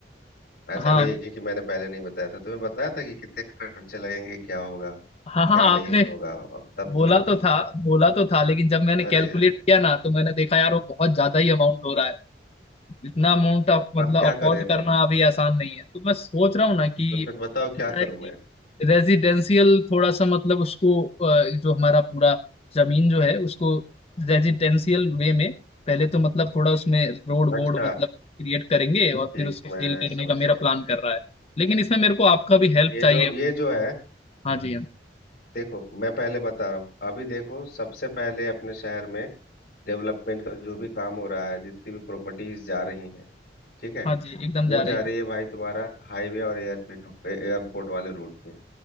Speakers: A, on the left; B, on the left.
A: ऐसा
B: हाँ
A: नहीं है कि मैंने पहले नहीं बताया था तुम्हें बताया था कि कितने खर्चे लगेंगे क्या होगा
B: हाँ हाँ
A: क्या
B: आपने
A: नहीं होगा अब तब
B: बोला
A: तुम
B: तो था बोला तो था लेकिन जब मैंने कैलकुलेट
A: अरे यार
B: किया ना तो मैंने देखा यार वो बहुत ज्यादा ही अमाउंट हो रहा है इतना अमाउंट आप मतलब
A: अब क्या
B: अफोर्ड
A: करें
B: करना
A: बस
B: अभी आसान नहीं है तो मैं सोच रहा हूँ ना कि
A: तो फिर बताओ क्या
B: ऐसा है
A: करूं
B: कि
A: मैं
B: रेजिडेंशियल थोड़ा सा मतलब उसको अ, जो हमारा पूरा जमीन जो है उसको रेजिडेंशियल वे में पहले तो मतलब थोड़ा उसमें रोड
A: अच्छा
B: वोड मतलब क्रिएट करेंगे और
A: ठीक
B: फिर उसको
A: मैं
B: सेल करने
A: समझ
B: का मेरा
A: गया
B: प्लान कर रहा है लेकिन इसमें मेरे को आपका भी हेल्प
A: ये
B: चाहिए
A: जो ये जो है
B: हाँ जी हाँ
A: देखो मैं पहले बता रहा हूँ अभी देखो सबसे पहले अपने शहर में डेवलपमेंट का जो भी काम हो रहा है जितनी भी प्रॉपर्टीज जा रही हैं ठीक है
B: हाँ जी एकदम
A: वो
B: जा रहे
A: जा
B: हैं
A: रही है भाई तुम्हारा हाईवे और एयरपोर्ट एयरपोर्ट वाले रोड पे